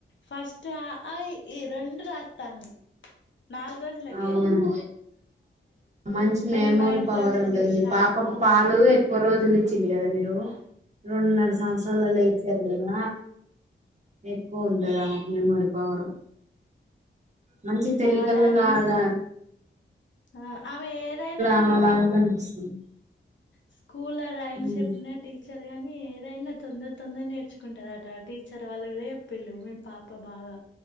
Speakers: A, on the left; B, on the right.
A: ఫస్ట్ అఆ ఇఈ రెండు రాత్తాంది నాలుగు రోజులకే
B: అవునండి మంచి మెమోరీ
A: ఆమె మైండ్
B: పవర్
A: కొంచెం
B: ఉంటది మీ
A: షార్ప్
B: పాపకు
A: ఉన్నది
B: పాలు ఎక్కువ రోజులు ఇచ్చిళ్ళు కదా మీరు రెండున్నర సంవత్సరాలలో ఇచ్చారు కదా ఎక్కువ ఉంటది ఆమెకు మెమొరీ పవరు మంచి తెలికళలాగా
A: పాలను ఆ ఆమె ఏదైనా గాని
B: ఆమెలాగా
A: ఇటి
B: కనిపిస్తుంది
A: స్కూలా రైమ్స్
B: ఉమ్.
A: చెప్పిన టీచర్ గాని ఏదైనా తొందర తొందర నేర్చుకుంటాదటా టీచర్ వాళ్ళు కూడా చెప్పిళ్ళు మీ పాప బాగా